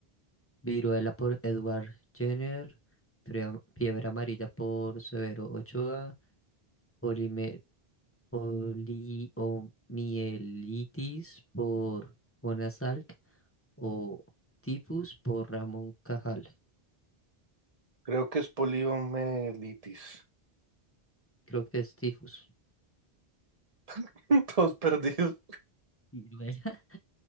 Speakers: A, on the left; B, on the right.
A: Viruela por Edward Jenner, Frea- Fiebre Amarilla por Severo Ochoa, polime- poliomielitis por Jonas Salk o tifus por Ramón Cajal.
B: Creo que es poliomielitis.
A: Creo que es tifus.
B: <laughs> Todos perdidos.
A: Viruela. <laughs>